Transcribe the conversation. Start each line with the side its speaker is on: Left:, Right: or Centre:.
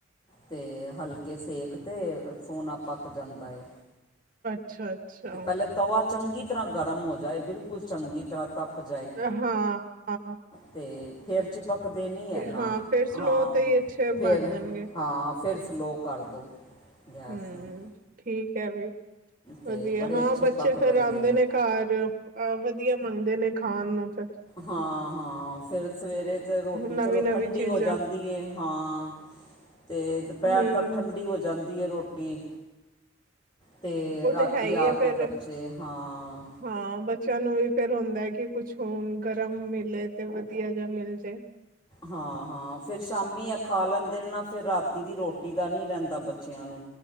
Left: ਤੇ ਹਲਕੇ ਸੇਕ- ਤੇ ਸੋਣਾ ਪੱਕ ਜਾਂਦਾ ਏ।
Right: ਅੱਛਾ। ਅੱਛਾ
Left: ਪੈਲੇ ਤਵਾ ਚੰਗੀ ਤਰ੍ਹਾਂ ਗਰਮ ਹੋ ਜਾਏ, ਬਿਲਕੁਲ ਚੰਗੀ ਤਰ੍ਹਾਂ ਤਪ- ਜਾਏ
Right: ਹਾਂ-ਹਾਂ
Left: ਤੇ ਫੇਰ ਚਿਪਕਦੇ ਨੀ ਏ ਨਾਲ।
Right: ਹਾਂ ਫਿਰ ਸਲੋ
Left: ਹਾਂ
Right: ਤੇ ਹੀ ਅੱਛੇ
Left: -ਫੇਰ
Right: ਬਣ ਜਾਣਗੇ
Left: -ਹਾਂ ਫੇਰ ਸਲੋ ਕਰ ਦੋ। ਗੈਸ
Right: ਹੂੰਅ
Left: ਨੂੰ
Right: ਠੀਕ ਐ ਵੀ,
Left: ਤੇ
Right: ਵਧੀਆ
Left: ਬੜੇ
Right: ਹਾਂ
Left: ਅੱਛੇ
Right: ਬੱਚੇ
Left: ਪੱਕ
Right: ਫੇਰ
Left: ਜਾਂਦੇ
Right: ਆਂਦੇ ਨੇ। ਘਾਰ। ਆ ਵਧੀਆ ਮੰਗਦੇ ਨੇ ਖਾਣ ਨੂੰ ਤੇ-
Left: ਹਾਂ ਹਾਂ ਫੇਰ ਸਵੇਰੇ- ਤੇ ਰੋਟੀ
Right: ਨਵੀਂ
Left: ਚਲੋ
Right: ਨਵੀਂ
Left: ਠੰਡੀ
Right: ਚੀਜ਼ਾਂ
Left: ਹੋ ਜਾਂਦੀ ਏ ਹਾਂ। ਤੇ ਦਪੈਰ
Right: ਹਮ
Left: ਤੱਕ ਠੰਡੀ ਹੋ ਜਾਂਦੀ ਏ ਰੋਟੀ। ਤੇ
Right: ਉਹ
Left: ਰਾਤੀ
Right: ਹੈ ਹੀ
Left: ਆ
Right: ਹੈ ਫੇਰ
Left: ਕੇ ਬੱਚੇ ਹਾਂ।
Right: ਹਾਂ ਬੱਚਿਆਂ ਨੂੰ ਵੀ ਫੇਰ ਹੁੰਦਾ ਏ ਕੀ, ਕੁਛ ਹੁਣ ਗਰਮ ਮਿਲੇ ਤੇ ਵਧੀਆ ਜਾ ਮਿਲ ਜੇ।
Left: ਹਾਂ ਹਾਂ ਫੇਰ ਸ਼ਾਮੀ ਏ ਖਾ ਲੈਂਦੇ ਨੇ ਨਾ, ਫੇਰ ਰਾਤੀ ਦੀ ਰੋਟੀ ਦਾ ਨੀ ਰੈਂਦਾ ਬੱਚਿਆਂ ਨੂੰ।